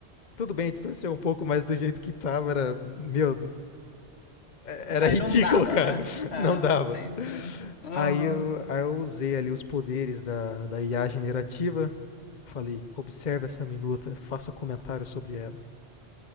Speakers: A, on the left; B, on the left.
A: tudo bem distorcer um pouco, mas do jeito que estava era, meu, era
B: Aí
A: ridículo,
B: não dava,
A: cara.
B: né?
A: <laughs>
B: Ah,
A: Não dava.
B: entendi. Uhum.
A: Aí eu, aí eu usei ali os poderes da, da IA generativa. Falei, observe essa minuta, faça comentário sobre ela.